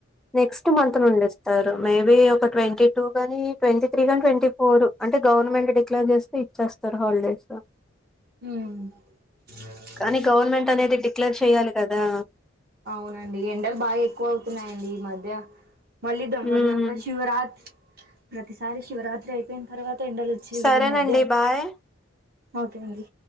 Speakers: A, in the centre; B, on the right.
A: నెక్స్ట్ మంత్ నుండిస్తారు మేబీ ఒక ట్వంటీ టూ గాని, ట్వంటీ త్రీ గాని, ట్వంటీ ఫోర్ అంటే గవర్నమెంట్ డిక్లేర్ చేస్తే ఇచ్చేస్తారు హాలిడేస్.
B: ఊ <unintelligible>
A: కానీ గవర్నమెంట్ అనేది డిక్లేర్ చెయాలి కదా
B: అవునండి ఎండలు బాగా ఎక్కువ అవుతున్నాయియండి ఈ మధ్య మళ్ళీ దారుణంగా
A: ఉమ్,
B: శివరాత్రి ప్రతిసారి శివరాత్రి అయిపోయిన తర్వాత ఎండలు వచ్చేవి
A: సరేనండి
B: ఈ మధ్య
A: బాయ్
B: ఓకే అండి